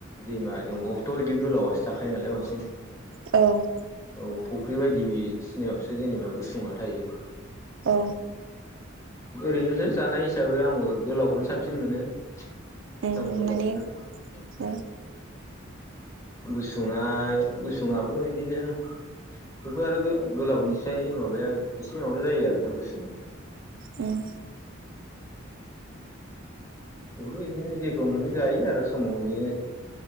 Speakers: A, on the left; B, on the right.
A: दैमा दं थ' बिदि गोलावसो थाखायो नालाय बांसिन
B: औ।
A: औ फुख्रि बायदिसिनायावसो जेनेबा गुसुंआ थायो।
B: औ
A: ओरैनोथ' जानाय हिसाबै आंबो गोलावखौनो साबसिन मोनो। साम'
B: उम
A: गोलावखौनो
B: माने
A: उम।
B: ओ
A: गुसुङा गुसुआबो बिदिनो थेवबो आरो गो- गोलावनिसाय माबाया एसे माबा जायो आरोना गुसुंआ।
B: ओम।
A: थेवबो बेखोनो जेखौ मोनो जायो आरो समाव बिदिनो